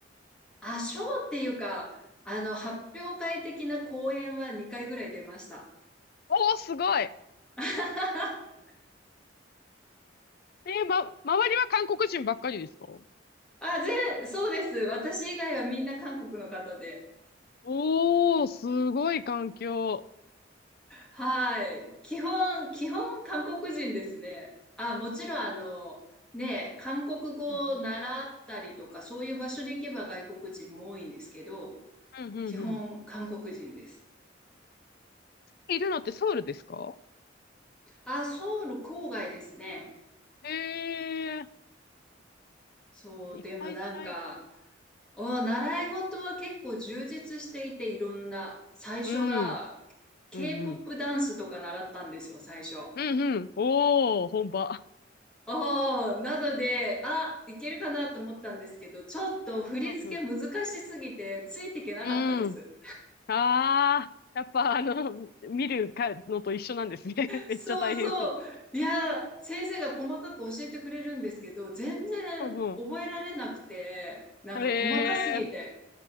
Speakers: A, in the centre; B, on the left.
A: あ、ショーっていうか、あの、発表会的な講演は2回ぐらい出ました。
B: おー、すごい。え
A: <laughs>
B: ーま、周りは韓国人ばっかりですか
A: あ、全、そうです。私以外はみんな韓国の方で。
B: おー、すごい環境。
A: はい。基本、基本韓国人ですね。あ、もちろんあの、ね、韓国語を習ったりとか、
B: うん
A: そういう場所に行けば外国人も多いんですけど、
B: うんうんうん。
A: 基本韓国人です。
B: いるのってソウルですか
A: あ、ソウル郊外ですね。
B: へえ、
A: そう、
B: いっぱい習い。
A: でもなんか、お、習い事は結構充実していて、いろんな、最初は
B: うん、
A: K-POP
B: うん、うん。
A: ダンスとか習ったんですよ、最初。
B: うん、うん。おー、本場。
A: おー、なので、あ、いけるかなと思ったんですけど、ちょっと振り付け難しすぎて、
B: うん、うん。
A: ついていけなかったです。
B: うんあー、やっぱあの、見るかのと一緒なんですね。<laughs> めっちゃ大変そ
A: そうそう。いや、先生が細かく教えてくれるんですけど、全然覚えられなくて、
B: う。うん、うん。
A: なんか細かすぎて。
B: へえ、